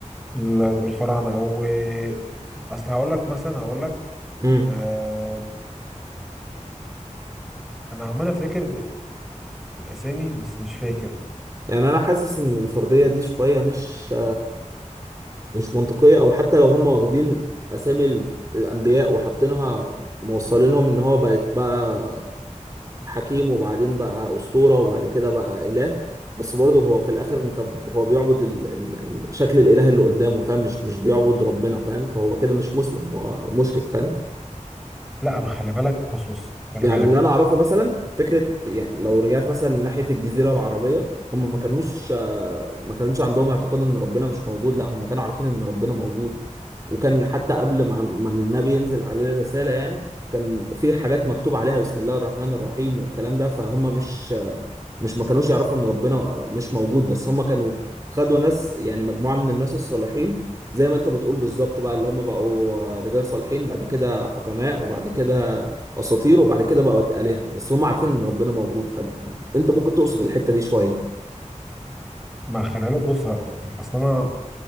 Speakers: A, in the centre; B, on the right.
A: ال- الفراعنه او اصل هقول لك مثلا هقول لك
B: امم
A: آه انا عمال افتكر الاسامي بس مش فاكر
B: يعني انا حاسس ان الفرضيه دي شويه مش مش منطقيه او حتى لو هم واخدين اسامي ال- الانبياء وحاطينها موصلينهم ان هو بقت بقى حكيم وبعدين بقى أسطورة وبعد كده بقى إله بس برضه هو في الآخر أنت ب- هو بيعبد ال... ال... ال- شكل الإله اللي قدامه فاهم مش مش بيعبد ربنا فاهم فهو كده مش مسلم هو مشرك فاهم
A: لا ما خلي بالك بص بص خلي
B: يعني
A: بالك
B: اللي انا اعرفه مثلا فكره يعني لو رجعت مثلا ناحيه الجزيره العربيه هم ما كانوش آه، ما كانش عندهم اعتقاد ان ربنا مش موجود لا هم كانوا عارفين ان ربنا موجود وكان حتى قبل ما ما النبي ينزل عليه الرساله يعني كان في حاجات مكتوب عليها بسم الله الرحمن الرحيم والكلام ده فهم مش آه، مش ما كانوش يعرفوا ان ربنا آه، مش موجود بس هم كانوا خدوا ناس يعني مجموعه من الناس الصالحين زي ما انت بتقول بالظبط بقى اللي هم بقوا آه، رجال صالحين بعد كده حكماء وبعد كده اساطير وبعد كده بقت الهه بس هم عارفين ان ربنا موجود فانت ممكن تقصد الحته دي شويه
A: ما خلي بالك بص اصل انا